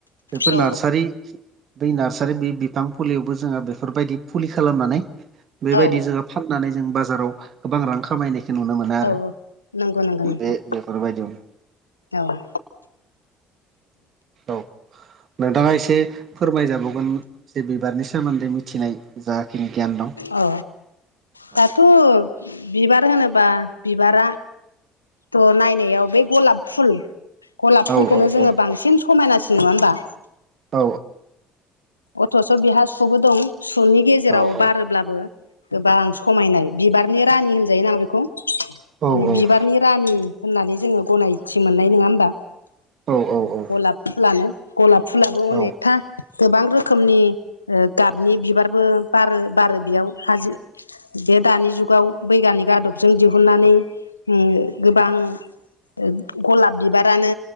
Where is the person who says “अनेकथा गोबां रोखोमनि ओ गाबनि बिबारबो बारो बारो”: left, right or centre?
Left